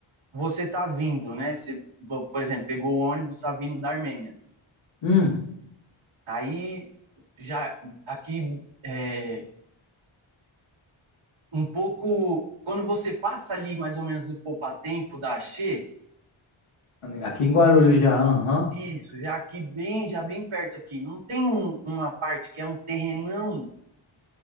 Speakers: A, on the right (about 70°); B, on the left (about 85°).
A: você tá vindo, né? Você, vo- por exemplo, pegou o ônibus, tá vindo da Armênia.
B: Hum.
A: Aí já aqui é, um pouco quando você passa ali mais ou menos do poupatempo da Axê,
B: Aqui em Guarulhos já, aham.
A: Isso, já aqui bem, já bem perto aqui. Não tem um- uma parte que é um terrenão